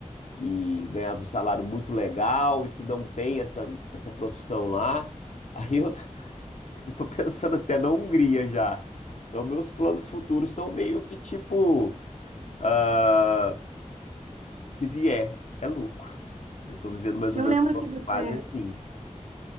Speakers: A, on the left (about 65°); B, on the right (about 65°).
A: que ganhava um salário muito legal e que não tem essa, essa profissão lá. Aí eu tô, <laughs> eu tô pensando até na Hungria já. Então, meus planos futuros estão meio que tipo, ah, o que vier é lucro. Eu tô vivendo mais
B: Eu
A: ou menos
B: lembro
A: uma
B: que você,
A: fase assim.